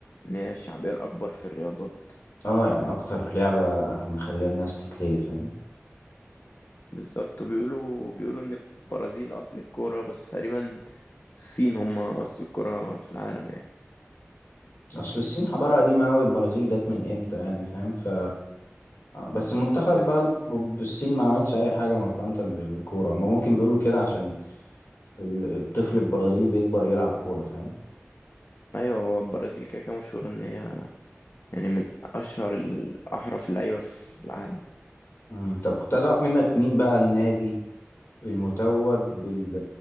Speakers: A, on the left (about 55°); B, on the left (about 70°).
A: ان هي الشعبية الأكبر في الرياضات
B: اه يعني اكتر لعبه مخليه الناس تتلهي فاهم
A: بالظبط وبيقولوا بيقولوا ان البرازيل أصل الكرة بس تقريبا الصين هم أصل الكرة في العالم يعني
B: اصل الصين حضاره قديمه قوي البرازيل جت من امتى يعني فاهم ف بس المنتخب
A: بس
B: بقى الب- الصين ما عملش اي حاجه مقارنه بالكوره هما ممكن بيقولوا كده عشان ال- الطفل البرازيلي بيكبر يلعب كوره فاهم
A: أيوة هو البرازيل كده كده مشهورة ان هي يعني من أشهر الأحرف اللعيبة في العالم
B: مم. طب كنت عايز اعرف منك مين بقى النادي المتوج بال